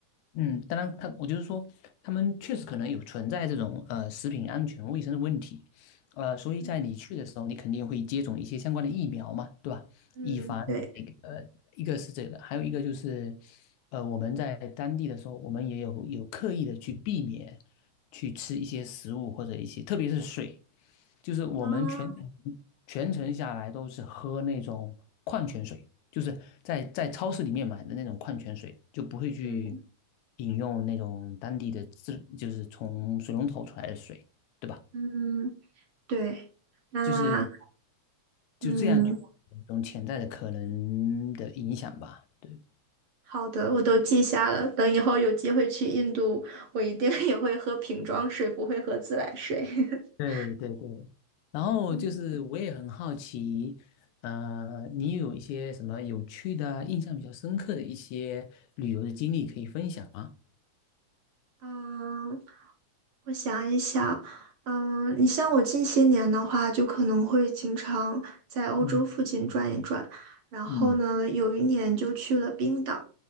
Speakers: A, on the left; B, on the right.
A: 嗯，当然他，我就是说，他们确实可能有存在这种呃食品安全卫生的问题，呃，所以在你去的时候，
B: 嗯
A: 你肯定会接种一些相关的疫苗嘛，对吧？
B: 嗯对，
A: 以防你这个呃，一个是这个，还有一个就是，呃，我们在当地的时候，我们也有有刻意的去避免去吃一些食物或者一些，特别是水，就是我们全程
B: 啊
A: 全程下来都是喝那种矿泉水。就是在在超市里面买的那种矿泉水，就不会去
B: 嗯
A: 饮用那种当地的自，就是从水龙头出来的水，对吧？
B: 嗯对，那
A: 就是
B: 嗯，
A: 就这样去一种潜在的可能的影响吧。对。
B: 好的，我都记下了。等以后有机会去印度，我一定 <laughs> 也会喝瓶装水，不会喝自来水。<laughs>
A: 对对对，然后就是我也很好奇，
B: 嗯，
A: 呃，你有一些什么有趣的啊、印象比较深刻的一些旅游的经历可以分享吗？
B: 啊我想一想，嗯，你像我近些年的话，就可能会经常在欧洲附近转一转，
A: 嗯
B: 然后呢，
A: 嗯，
B: 有一年就去了冰岛，